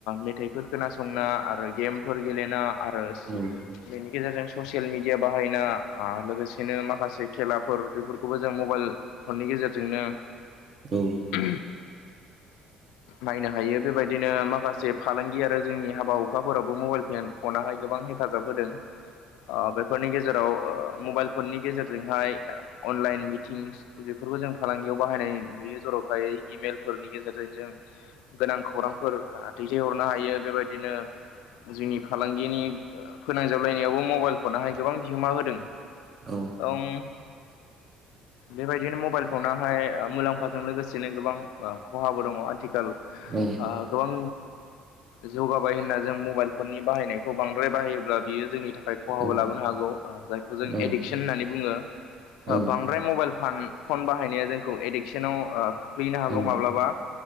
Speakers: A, on the left; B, on the right.
A: मेथाइफोर खोनासंना आरो गेमफोर गेलेना आरो
B: औ
A: बेनि गेजेरजों ससियेल मिडिया बाहायना आ लोगोसेनो माखासे खेलाफोर बेफोरखौबो जों मबाइल फननि गेजेरजोंनो
B: औ
A: उ नायनो हायो बेबायदिनो माखासे फालां जोंनि हाबा हुखाफोराबबो मबाइल फेन- फनाहाय गोबां हेफाजाब होदों बेफोरनि गेज जेराव मबाइल फननि गेजेरजोंहाय अनलाइन मिटिंस बेफोरखौ जों फालांगियाव बाहायनाय नुयो जर'खायै फोरनि गेजेरजों जों गोनां खौरांफोर दैथायहरनो हायो बेबायदिनो जोंनि फालांगिनि फोनांजाबलायनायावबो मबाइल फनहाय गोबां बिहोमा होदों।
B: औ
A: ं बेबायदिनो मबाइल फनाहाय मुलाम्फाजों लोगोसेनो गोबां ओ खहाबो दङ आथिखाल
B: औ
A: आ गोबां जौगाबाय होनना जों मबाइल फननि बाहायनायखौ बांद्राय बाहायोब्ला बियो जोंनि थाखाय खहाबो
B: औ
A: लाबोनो हागौ जायखौ जों
B: औ
A: एडिक्सन होननानै बुङो
B: औ
A: बांद्राय मबाइल फान- फन बाहायनाया जोंखौ एडिकसनाव ओ खोख्लैनो हागौ
B: औ
A: माब्लाबा